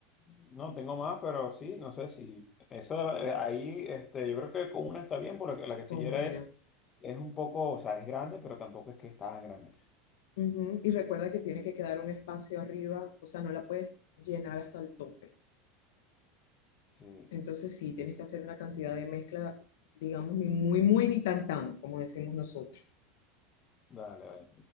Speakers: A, on the left; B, on the left.
A: No, tengo más, pero sí, no sé si eso de- eh, ahí, este, yo creo que con una está bien, porque la quesillera
B: con una.
A: es, es un poco, o sea, es grande, pero tampoco es que es tan grande.
B: Ujú, Y recuerda que tiene que quedar un espacio arriba, o sea, no la puedes llenar hasta el tope.
A: Sí, sí.
B: Entonces sí, tienes que hacer una cantidad de mezcla, digamos, ni muy, muy, ni tan, tan, como decimos nosotros.
A: Dale, vale